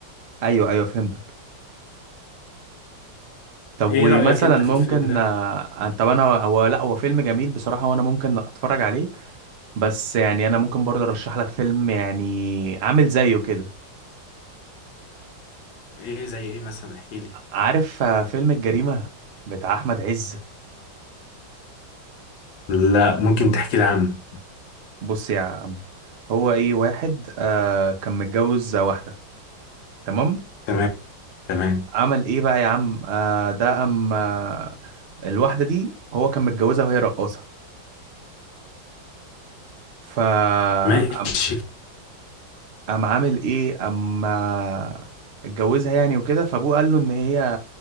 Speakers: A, on the right; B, on the left.
A: ايوه ايوه فهمتك طب
B: ايه
A: ومثلا
B: رايك انت
A: ممكن
B: في الفيلم ده
A: آه، طب انا هو لا هو فيلم جميل بصراحه وانا ممكن اتفرج عليه بس يعني انا ممكن برضه ارشح لك فيلم يعني عامل زيه كده
B: ايه زي ايه مثلا احكي لي
A: عارف آه، فيلم الجريمه بتاع احمد عز
B: لا ممكن تحكي لي عنه
A: بص يا عم هو ايه واحد آه كان متجوز واحده تمام
B: تمام تمام
A: عمل ايه بقى يا عم آه ده ام آه الواحده دي هو كان متجوزها وهي رقاصه ف
B: ماشي
A: ام أم عامل ايه اما اتجوزها يعني وكده فابوه قال له ان هي